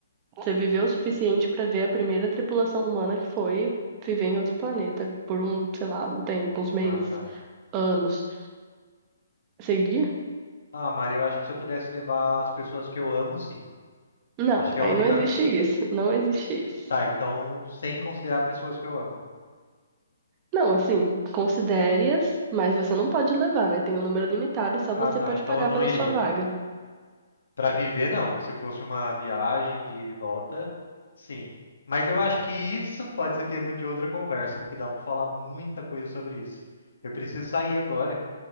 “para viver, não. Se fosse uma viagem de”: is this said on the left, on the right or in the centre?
Left